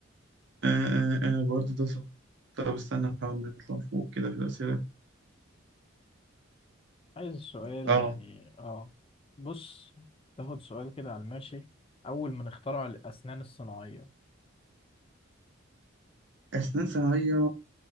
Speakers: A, on the right; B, on the left.
A: آه، آه، آه، برضه ده صعب طب استنى نحاول نطلع فوق كده في الاسئله
B: عايز سؤال
A: اه
B: يعني اه بص تاخد سؤال كده على الماشي أول من اخترع الأسنان الصناعية
A: اسنان صناعيه